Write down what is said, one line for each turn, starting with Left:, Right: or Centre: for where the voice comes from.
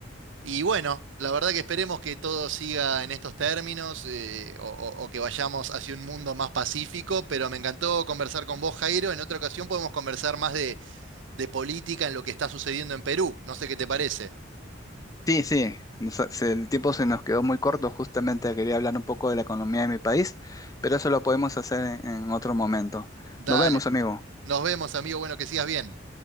Right: Y bueno, la verdad que esperemos que todo siga en estos términos eh, o, o- o que vayamos hacia un mundo más pacífico, pero me encantó conversar con vos, Jairo. En otra ocasión podemos conversar más de, de política en lo que está sucediendo en Perú. No sé qué te parece.
Left: Sí, sí, nos- eh, se- el tiempo se nos quedó muy corto, justamente quería hablar un poco de la economía de mi país, pero eso lo podemos hacer en en otro momento.
Right: Dale,
Left: Nos vemos, amigo.
Right: nos vemos, amigo. Bueno, que sigas bien.